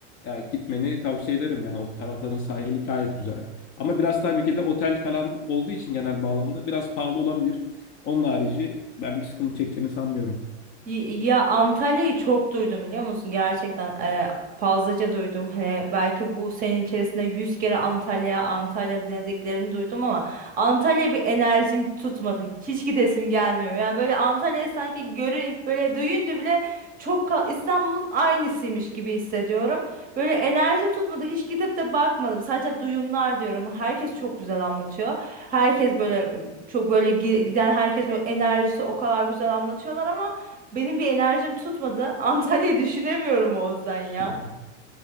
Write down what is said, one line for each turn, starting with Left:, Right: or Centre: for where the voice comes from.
Left: ya gitmeni tavsiye ederim yani o tarafların sahili gayet güzel. Ama biraz tabii ki de otel falan olduğu için genel bağlamda biraz pahalı olabilir. Onun harici ben bir sıkıntı çekeceğini sanmıyorum.
Right: Y- Ya Antalya'yı çok duydum biliyor musun? Gerçekten e, fazlaca duydum. Hani belki bu sene içerisinde 100 kere Antalya, Antalya denediklerini duydum ama Antalya bir enerjim tutmadı. Hiç gidesim gelmiyor. Yani böyle Antalya sanki görü böyle duyunca bile çok ka- İstanbul'un aynısıymış gibi hissediyorum. Böyle enerjim tutmadı. Hiç gidip de bakmadım. Sadece duyumlar diyorum. Herkes çok güzel anlatıyor. Herkes böyle e, çok böyle gi- giden herkes böyle enerjisi o kadar güzel anlatıyorlar ama benim bir enerjim tutmadı. <laughs> Antalya'yı düşünemiyorum Oğuzdan ya.
Left: <laughs>